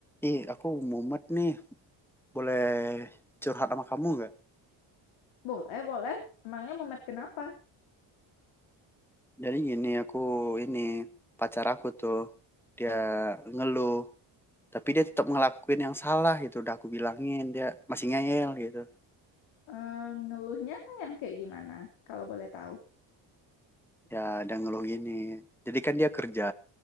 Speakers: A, in the centre; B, on the left.
A: Ih, aku mumet nih. Boleh curhat sama kamu nggak?
B: Boleh, boleh. Emangnya mumet kenapa?
A: Jadi gini, aku ini pacar aku tuh dia ngeluh, tapi dia tetap ngelakuin yang salah gitu. Udah aku bilangin dia masih ngeyel gitu.
B: Eh, ngeluhnya yang kayak gimana? Kalau boleh tahu.
A: Ya, dia ngeluh gini. Jadi kan dia kerja,